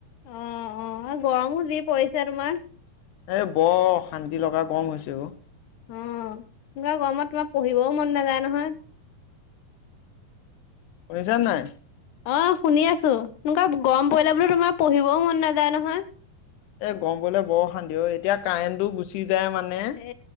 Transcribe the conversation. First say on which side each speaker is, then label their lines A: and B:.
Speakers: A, on the left; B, on the left.
A: অ', অ' গৰমো যি পৰিছে তোমাৰ!
B: এ বৰ অশান্তি লগা গৰম হৈছে অহ।
A: উম, পুৰা গৰমত তোমাৰ পঢ়িবও মন নাযায় নহয়।
B: শুনিছা নে নাই?
A: অহ, শুনি আছোঁ। এনেকুৱা গৰম পৰিলে বোলো তোমাৰ পঢ়িবও মন নাযায় নহয়।
B: এ গম পৰিলে বৰ অশান্তি অহ' এতিয়া কাৰেণ্টটো গুচি যায় মানে
A: এ